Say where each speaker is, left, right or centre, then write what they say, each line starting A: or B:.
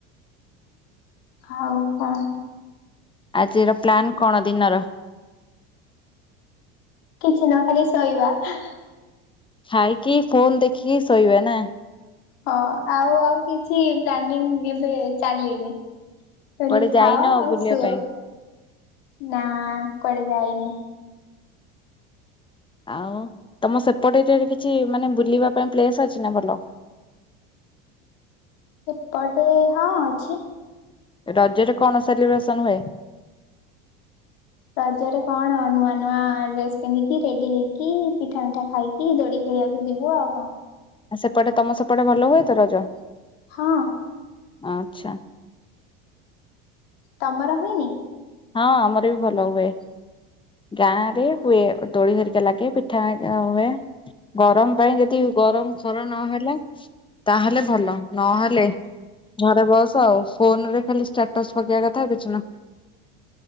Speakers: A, on the left (about 80°); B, on the left (about 15°).
A: ଆଉ କଣ?
B: ଆଜିର ପ୍ଲାନ୍ କଣ ଦିନର?
A: କିଛି ନା ଖାଲି ଶୋଇବା ହାଁ।
B: ଖାଇକି ଫୋନ୍ ଦେଖିକି ଶୋଇବା ନାଁ?
A: ହଁ ଆଉ ଆଉ କିଛି ପ୍ଲାନିଂଙ୍ଗି ଏବେ ଚାଲିନି। ଖାଲି
B: କୁଆଡେ ଯାଇନ
A: ଖାଅ ଆଉ
B: ବୁଲିବା
A: ଶୁଅ
B: ପାଇଁ?
A: ନାଁ କୁଆଡେ ଯାଇନି।
B: ଆଉଁ ତମ ସେପଟେ ଏରିଆରେ କିଛି ମାନେ ବୁଲିବା ପାଇଁ ପ୍ଲେସ୍ ଅଛି ନାଁ ଭଲ?
A: ଏପଟେ ହଁ ଅଛି।
B: ରଜରେ କଣ ସେଲିବ୍ରେସନ୍ ହୁଏ?
A: ରଜରେ କଣ ନୂଆ ନୂଆ ଡ୍ରେସ ପିନ୍ଧିକି ରେଡି ହେଇକି ପିଠା ମିଠା ଖାଇକି କି ଦୋଳି ଖେଳିବାକୁ ଯିବୁ ଆଉ କଣ।
B: ଆଉ ସେପଟେ ତମ ସେପଟେ ଭଲ ହୁଏ ତ ରଜ।
A: ହଁ।
B: ଆଚ୍ଛା।
A: ତମର ହୁଏନି?
B: ହଁ ଆମର ବି ଭଲ ହୁଏ। ଗାଁ ରେ ହୁଏ ଦୋଳି ହେରିକା ଲାଗେ ପିଠା ହୁଏ। ଗରମ ପାଇଁ ଯଦି ଗରମ ଖର ନହେଲେ ତାହେଲେ ଭଲ ନହେଲେ ଘରେ ବସ ଆଉ ଫୋନ ରେ ଖାଲି ଷ୍ଟାଟସ୍ ପକେଇବା କଥା କିଛି ନା